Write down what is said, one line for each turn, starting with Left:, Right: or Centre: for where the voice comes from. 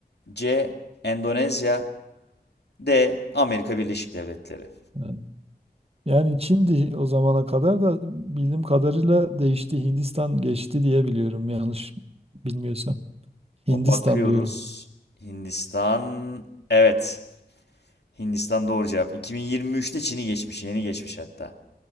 Left: C. Endonezya D. Amerika Birleşik Devletleri.
Right: Evet. Yani Çin'di o zamana kadar da bildiğim kadarıyla değişti. Hindistan geçti diye biliyorum yanlış bilmiyorsam.
Left: O
Right: Hindistan
Left: bakıyoruz.
Right: diyorum.
Left: Hindistan. Evet. Hindistan doğru cevap. 2023'te Çin'i geçmiş. Yeni geçmiş hatta.